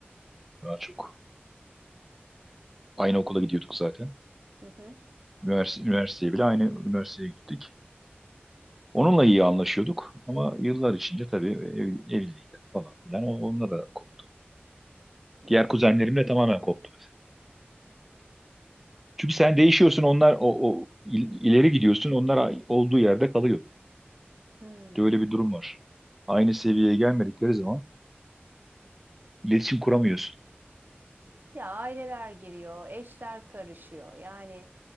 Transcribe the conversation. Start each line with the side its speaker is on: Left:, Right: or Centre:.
Centre: daha çok. Aynı okula gidiyorduk zaten.
Right: Hı hı.
Centre: Üniversite, üniversiteye bile aynı üniversiteye gittik. Onunla iyi anlaşıyorduk ama yıllar içinde tabii ev, evlilikler falan filan o- onunla da koptu.
Right: Hı
Centre: Diğer
Right: hı.
Centre: kuzenlerimle tamamen koptu mesela. Çünkü sen değişiyorsun onlar o, o il- ileri gidiyorsun onlar olduğu yerde kalıyor.
Right: Hmm.
Centre: Böyle bir durum var. Aynı seviyeye gelmedikleri zaman iletişim kuramıyorsun.
Right: Ya aileler giriyor, eşler karışıyor. Yani